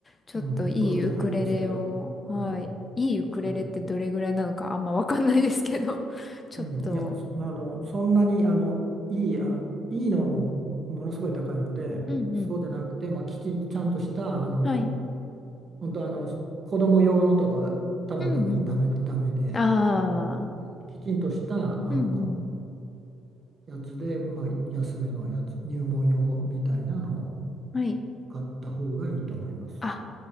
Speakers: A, on the left (about 25°); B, on the right (about 40°).
A: ちょっといいウクレレを、
B: うん、プロじゃないですけど、
A: はい。
B: はい、
A: いいウクレレってどれぐらいなのかあんまわかんないですけど、
B: そ
A: <laughs> ちょっと、
B: う、うん、いや、あのそんなにあのいい、あのいいのはもうものすごい高いので、
A: うんうん。
B: そうでなくて、まあ、きちんとちゃんとしたあの
A: はい
B: 本当あの子供用のとか多分ダメ、
A: うんうん。
B: ダメな、ダメで、
A: ああ、
B: あのきちんとしたあの
A: うんうん。
B: やつで、まあ、安めのやつ、入門用みたいなのを
A: はい。
B: 買った方がいいと思います。
A: あ、